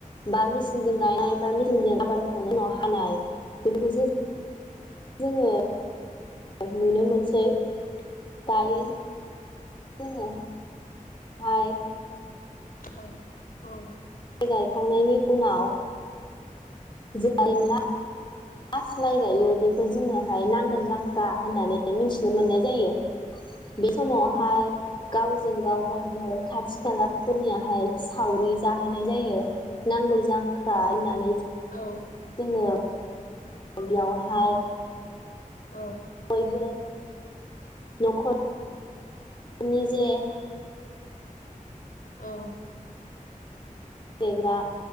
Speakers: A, on the left (about 35°); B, on the left (about 85°).
A: बा मेचिनजों गायनाय बा मेचिनजों आबाद मावखांनायनि उनाव हानाय बेफोरखौसो, जोङो नुनो मोनसै दायो जों जोङो माइ
B: औ औ
A: गायखांनायनि उनाव <unintelligible> लास माइ गायो बेखौ जोङोहाय नांगोल जांख्रा होननानै मिथिनो मोननाय जायो समावहाय गावजों गाव, बयबो खाथि खालाफोरनियाहाय सावरि जाहैनाय जायो नांगोलजांख्रा होननानै
B: औ।
A: ओ। बेयावहाय
B: औ।
A: इबो न'खर निजे
B: औ।
A: देग्रा